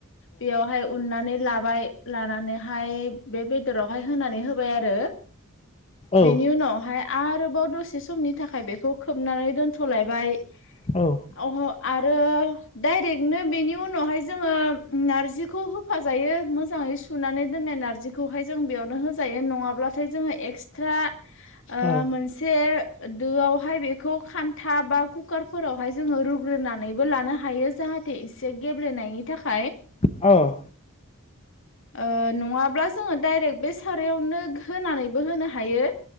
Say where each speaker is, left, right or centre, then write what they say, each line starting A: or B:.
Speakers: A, on the left; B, on the left.
A: बेयाव हाय उननानै लाबाय लानानैहाय बे बेदरावहाय होनानै होबाय आरो बेनि
B: औ
A: उनावहाय आरोबाव दसे समनि थाखाय बेखौ खोबनानै दोनथ'लायबाय
B: औ
A: अह आरो डायरेक्टनो बेनि उनावहाय जोंङो नारजिखौ होफाजायो मोजांङै सुनानै दोननाय नारजिखौ खौहाय जों बेयावनो होजायो नंङाब्लाथाय जोंङो एक्सट्रा ओ
B: औ अ
A: मोनसे दोआवहाय बेखौ खान्था बा कुकारफोरावहाय जोंङो रुग्रोनानैबो लानो हायो जाहाथे इसे गेब्लेनायनि थाखाय
B: औ
A: ओ नंङाब्ला जोंङो डाइरेक्ट बे सारायावनो होनानैबो होनो हायो